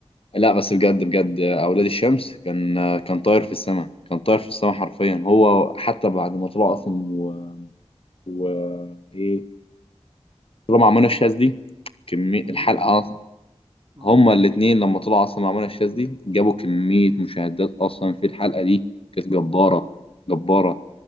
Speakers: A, on the left (about 55°); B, on the right (about 40°).
A: لا بس بجد بجد اولاد الشمس كان كان طاير في السماء كان طاير في السماء حرفيا هو حتى بعد ما طلع اصلا و, و... ايه طلع مع منى الشاذ دي كميه
B: هو
A: الحلقه
B: مين
A: اصلا
B: اه
A: هما الاتنين لما طلعوا اصلا مع منى الشاذ دي جابوا كميه مشاهدات اصلا في الحلقه دي كانت جباره جباره